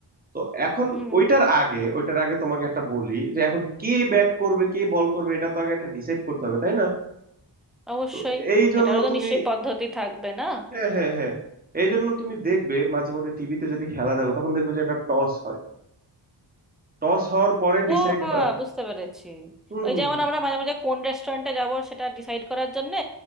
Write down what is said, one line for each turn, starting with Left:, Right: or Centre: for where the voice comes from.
Right: তো এখন
Centre: হুম
Right: ওইটার আগে ওইটার আগে তোমাকে একটা বলি যে এখন কে ব্যাট করবে কে বল করবে এটা তো আগে একটা ডিসাইড করতে হবে তাই না
Centre: অবশ্যই
Right: তো এই জন্য
Centre: এটারও তো
Right: তুমি
Centre: নিশ্চয়ই পদ্ধতি থাকবে না
Right: হ্যাঁ হ্যাঁ হ্যাঁ এই জন্য তুমি দেখবে মাঝে মধ্যে টিভিতে যদি খেলা দেখো তখন দেখবে যে একটা টস হয় টস হওয়ার পরে
Centre: ও
Right: ডিসাইড
Centre: হ্যাঁ
Right: হয়
Centre: বুঝতে পেরেছি
Right: হুম
Centre: ওই
Right: হুম
Centre: যেমন আমরা মাঝে মাঝে কোন রেস্টুরেন্টে যাব সেটা ডিসাইড করার জন্যে